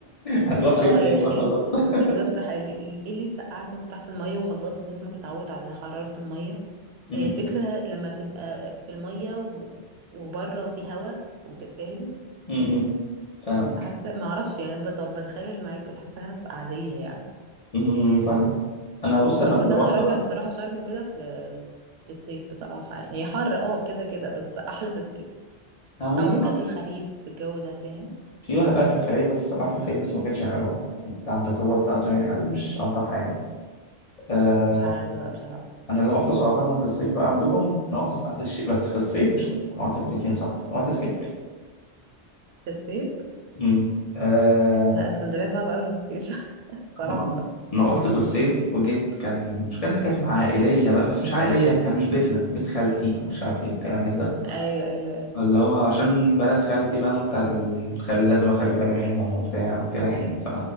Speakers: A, on the left (about 40°); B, on the right (about 65°).
A: هتروح فين
B: اه
A: تاني
B: يعني ح-
A: بقى خلاص
B: ال-
A: <laughs>
B: بالظبط ح- ال- ال- ايه اللي يسقعك وانت تحت الميه وخلاص جسمك اتعود على حراره الميه
A: م-
B: هي
A: م-
B: فكره لما تبقى في الميه و- وبره في هوا وتتفاهم
A: م- م. فاهمك
B: فحاسه ما اعرفش يعني بت- طب بتخيل معاك بس حاساها هتبقى عاديه يعني
A: امم فاهمك انا بص انا
B: آه،
A: اللي
B: بس انا
A: رحت
B: ارجح
A: بقى
B: بصراحه شرم وكده في في الصيف بصراحه يعني هي حر اه كده كده بس احلى في الصيف
A: انا ممكن
B: او ممكن
A: بقى.
B: في الخريف في الجو ده فاهم
A: في واحد قال في الخليج بس راح في الخليج بس ما كانتش حلوه يعني عن التجربه بتاعته يعني قال مش الطف حاجه آه
B: مش عارفة بقى بصراحة
A: انا اللي رحت صراحه في الصيف بقى عندكم انا رحت في الش... بس في الصيف والشتاء انا رحت في الاثنين صح رحت اسكندريه
B: في الصيف
A: امم آه
B: لا اسكندرية صعبة أوي في الصيف <laughs> بصراحة
A: انا رحت أنا رحت في الصيف وجيت كان مش كان كانت مع عائليه بقى بس مش عائليه يعني مش بيتنا بيت خالتي ومش عارف ايه والكلام من ده
B: أيوة أيوة أيوة
A: اللي هو عشان بنات خالتي بقى وانت هتخلي لازم اخلي بالي منهم وبتاع وكده يعني ف...